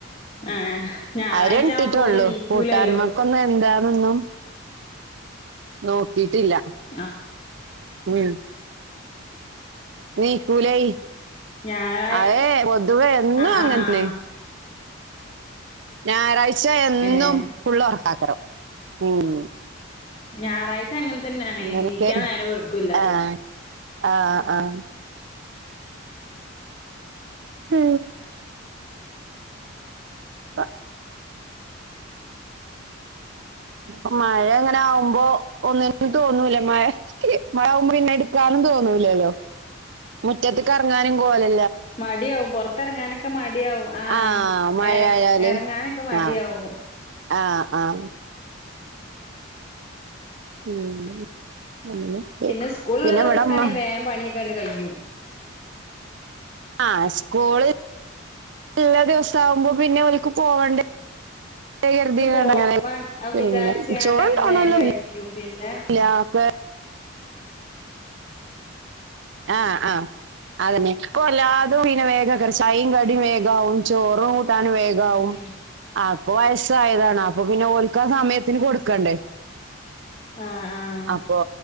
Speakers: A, on the left (about 30°); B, on the right (about 60°).
A: ആഹ് ഞായറാഴ്ച
B: അരി ഇട്ടിട്ടൊള്ളൂ
A: ആവുമ്പോ ഓര് നീക്കൂലല്ലോ
B: കൂട്ടാന്മക്കൊന്ന് എന്താന്നൊന്നും നോക്കിട്ടില്ല
A: ആഹ്
B: ഉം നീക്കൂലൈ
A: ഞായറാഴ്
B: അതെ പൊതുവേ എന്നും
A: ആഹ്
B: അങ്ങൻതന്നെ
A: ആഹ്
B: ഞായറാഴ്ച എന്നും
A: ഏഹ്
B: ഫുള്ള് ഒറക്കാക്കരം ഉം
A: ഞായറാഴ് ച്ച അങ്ങനെ തന്നെയാണ്
B: അങ്ങനൊക്കെ
A: എണീക്കാൻ നേരം വെയ്കൂ എല്ലാരും
B: ആഹ് ആഹ് ആഹ് ഹ് വ പ്പ മഴ ങ്ങനെ ആഉമ്പോ ഒന്ന് <unintelligible> മഴ മഴ ആഉമ്പോ പിന്നെ എടുക്ക ൻ തോന്നുലല്ലോ മുറ്റത്ത് കറങ്ങാനും ഗോലെ
A: മടിയവും പൊറത്തിറങ്ങാനൊക്കെ മഡ്യാവും പൊർത്തെറങ്ങാനൊക്കെ
B: ആഹ് മഴയായാല്
A: മടിയാവു എറങ്ങാനൊക്കെ മടിയാവു
B: ആഹ്
A: ദോ
B: ആഹ് ആഹ് ഉം അങ്ങനൊക്കെ
A: പിന്നെ സ്കൂൾള്ള
B: പിന്നെ
A: ദിവസക്കാണെ
B: ഇവിടമ്മ
A: വേം പണി കണ്ട് കയും.
B: ആഹ് സ്കൂള് ഉള്ള ദിവസാകുമ്പോ പിന്നെ ഓല്ക്ക് പോവണ്ടെ <unintelligible>
A: ഒക്കെ പോ വൻ വിചാരിച്ച്ങ്ങാണ്ട്
B: ചോറൊണ്ടോണല്ലോ
A: നമ്മള് വേം കഴിക്കും
B: <unintelligible>
A: പിന്നെ
B: ആഹ് ആഹ് അതന്നെ പ്പോ എല്ലാതും വിനെ വേഗ കർഷൈയും കടി വേഗ ഗാഉം ചോറു കൂട്ടാനു വേഗാഉ
A: ആഹ്
B: അപ്പൊ വയസ്സായതാണ് അപ്പൊ പിന്നെ ഓൽ ഒക്കെ സമയത്തിന് കൊടുക്കണ്ടേ
A: ആഹ്
B: അപ്പൊ